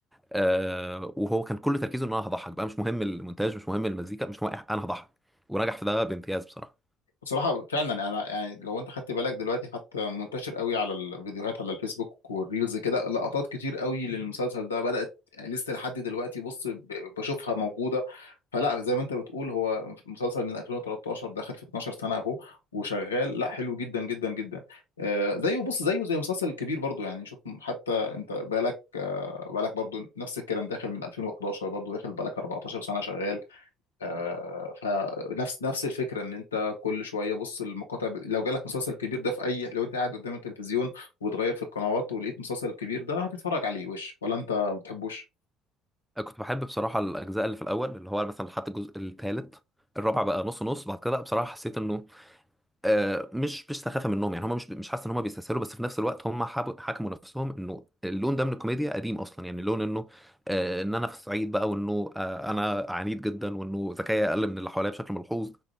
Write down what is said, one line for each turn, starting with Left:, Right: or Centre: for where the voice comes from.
Centre: آه وهو كان كل تركيزه ان انا هضحك بقى مش مهم المونتاج مش مهم المزيكا مش مهم أي حاجة، انا هضحك ونجح في ده بامتياز بصراحه
Left: بصراحة فعلا انا يعني لو انت خدت بالك دلوقتي حتى منتشر قوي على الفيديوهات على الفيسبوك والريلز كده لقطات كتير قوي للمسلسل ده بدأت لسه لحد دلوقتي بص ب- بشوفها موجودة فلا زي ما انت بتقول هو مسلسل من 2013 داخل في 12 سنة اهو وشغال لا حلو جدا جدا جدا آه زيه بص زيه زي مسلسل كبير برضو يعني شوف حتى انت بالك آه بالك برضو نفس الكلام داخل من 2011 برضو داخل بالك 14 سنة شغال آه، فنفس نفس الفكره ان انت كل شويه بص المقاطع ب- لو جالك مسلسل كبير ده في اي لو انت قاعد قدام التلفزيون وتغير في القنوات ولقيت مسلسل كبير ده هتتفرج عليه وش ولا انت ما بتحبوش
Centre: أنا كنت بحب بصراحه الاجزاء اللي في الاول اللي هو مثلا لحد الجزء الثالث الرابع بقى نص نص بعد كده بقى بصراحه حسيت انه آه، مش مش سخافه منهم يعني هم مش مش حاسس ان هم بيستسهلوا بس في نفس الوقت هم حاب- حكموا نفسهم انه اللون ده من الكوميديا قديم اصلا يعني اللون انه آه، ان انا في الصعيد بقى وانه آه، انا عنيد جدا وانه ذكائي اقل من اللي حواليا بشكل ملحوظ